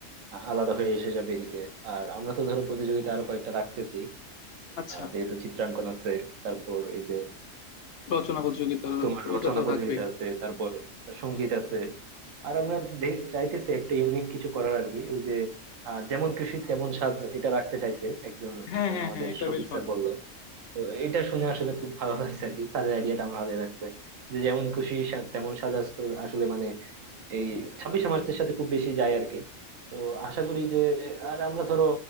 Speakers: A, on the right; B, on the left.
A: আ- আলাদা হয়ে এসে যাবে এদিকে আর আমরা তো ধরো প্রতিযোগিতা আরো কয়েকটা রাখতেছি
B: আচ্ছা
A: আহ, যেহেতু চিত্রাঙ্কন আছে তারপর এই যে
B: রচনা প্রতিযোগিতা
A: তোমার
B: ওটা
A: রচনা
B: তো
A: প্রতিযোগিতা
B: থাকবেই
A: আছে তারপর সঙ্গীত আছে আর আমরা দে- চাইতেছি একটা ইউনিক কিছু করার আর কি ওই যে আহ, যেমন খুশি তেমন সাজ এটা রাখতে চাইছে একজন
B: হ্যাঁ
A: এই
B: হ্যাঁ
A: আমাদের
B: হ্যাঁ এটা
A: শফিক
B: বেশ ভালো
A: স্যার বললো তো এটা শুনে আসলে খুব ভালো লাগছে আর কি স্যারের আইডিয়াটা আমার ভালো লাগছে যে যেমন খুশি সা- তেমন সাজা আস- আসলে মানে এই ছাব্বিশে মার্চের সাথে খুব বেশি যায় আর কি তো আশা করি যে আর আমরা ধরো